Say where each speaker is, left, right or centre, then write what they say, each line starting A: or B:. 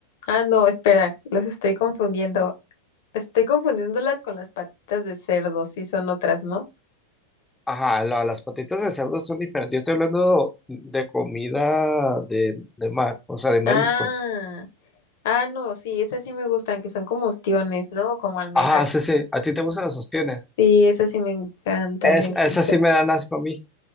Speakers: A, on the left (about 50°); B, in the centre.
A: Ah, no, espera, los estoy confundiendo. Estoy confundiéndolas con las patitas de cerdo, sí son otras, ¿no?
B: Ajá, la- las patitas de cerdo son diferentes. Yo estoy hablando de comida de, de mar, o sea, de mariscos.
A: Ah, ah, no, sí, esas sí me gustan, que son como ostiones, ¿no? Como almejas.
B: Ajá, sí, sí. ¿A ti te gustan los sostienes?
A: Sí, esas sí me encantan,
B: Es,
A: me
B: esas
A: gustan.
B: sí me dan asco a mí.